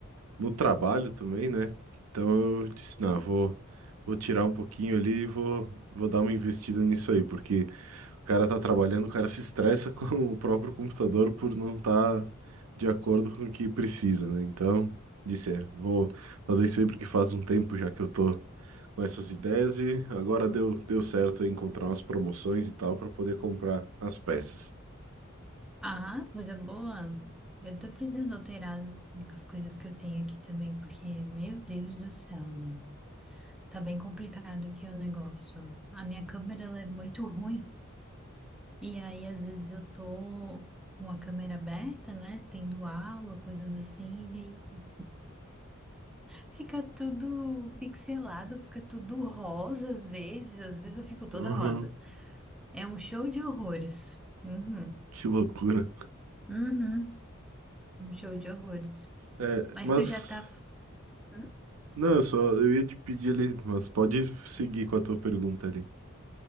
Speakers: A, on the right; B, in the centre.
A: no trabalho também, né? Então eu disse, não, vou, vou tirar um pouquinho ali e vou, vou dar uma investida nisso aí, porque o cara tá trabalhando, o cara se estressa <laughs> com o próprio computador por não estar de acordo com o que precisa, né? Então, disse, é, vou fazer isso aí porque faz um tempo já que eu tô com essas ideias e agora deu, deu certo eu encontrar umas promoções e tal para poder comprar as peças.
B: Ah, coisa boa. Eu tô precisando alterar as as coisas que eu tenho aqui também, porque, meu Deus do céu, né? Tá bem complicado aqui o negócio. A minha câmera ela é muito ruim. E aí, às vezes, eu tô com a câmera aberta, né? Tendo aula, coisas assim. E aí fica tudo pixelado, fica tudo rosa às vezes. Às vezes eu fico toda
A: Uhum,
B: rosa. É um show de horrores. Uhum.
A: que loucura.
B: Uhum. Um show de horrores.
A: É,
B: Mas
A: mas
B: tu já tá. Hum?
A: Não, eu só eu ia te pedir ali, mas pode seguir com a tua pergunta ali.